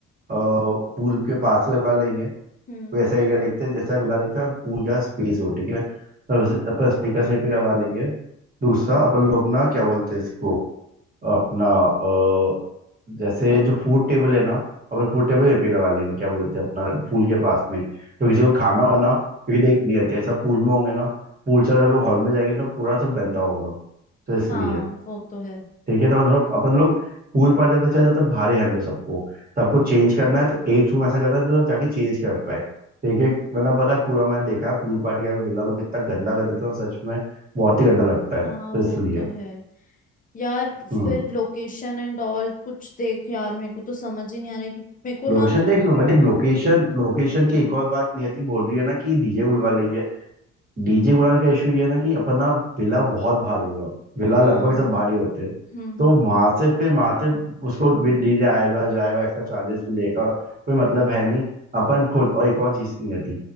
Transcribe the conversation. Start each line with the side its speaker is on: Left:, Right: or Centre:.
Right: पूल के पास लगवा लेंगे कोई
Left: हम्म
Right: ऐसा एरिया देखते हैं जैसा विला देखते हैं पूल का स्पेस हो ठीक है तो अपन स्पीकर से पे करवा लेंगे दूसरा
Left: हम्म,
Right: अपन लोग ना क्या बोलते हैं इसको अपना अ, जैसे जो फूड टेबल है ना अपन फूड टेबल पे करवा लेंगे क्या बोलते हैं अपना पूल के पास में ही। तो किसी को खाना वाना क्योंकि देख नहीं रहते सब पूल में होंगे ना पूल से अगर हम लोग हॉल में जाएंगे ना पूरा सब गंदा होगा तो इसलिए
Left: हाँ वो तो है
Right: ठीक है तो मतलब अपन लोग पूल पार जाते चले जाते हैं, भारी हैंडल सबको तो आपको चेंज करना है तो एक रूम ऐसा करना है तो आप जाके चेंज कर पाए ठीक है वरना पता है पूरा मैंने देखा है पूल पार्टी का विला लोग इतना गंदा कर देते हैं ना, सच में बहुत ही गंदा लगता
Left: हाँ
Right: है तो इसलिए
Left: वो तो है यार
Right: हम्म
Left: फिर लोकेशन एंड ऑल कुछ देख यार मेरे को तो समझ ही नहीं आ रहा है कि मेरे को
Right: लोकेशन
Left: ना
Right: देख लूंगा देख लोकेशन लोकेशन की
Left: हम्म
Right: एक और बात नियति बोल रही है ना कि डीजे बुलवा लेंगे डीजे गुलाल का इशू ये है ना कि अपना विला बहुत भार होगा विला
Left: हाँ
Right: लगभग सब भारी होते हैं
Left: हम्म
Right: तो
Left: हम्म
Right: वहां से फिर वहां से उसको डीजे आएगा जाएगा एक्स्ट्रा चार्जेस भी लेगा कोई मतलब है नहीं अपन
Left: हम्म
Right: खुद और एक और चीज नहीं आती